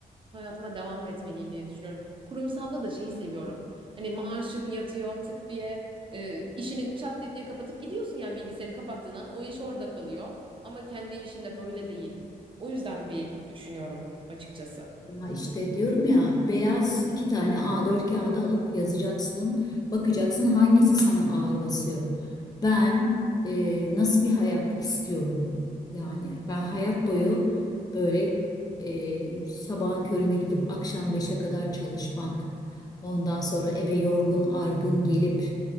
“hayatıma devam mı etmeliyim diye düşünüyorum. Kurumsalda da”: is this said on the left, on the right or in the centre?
Right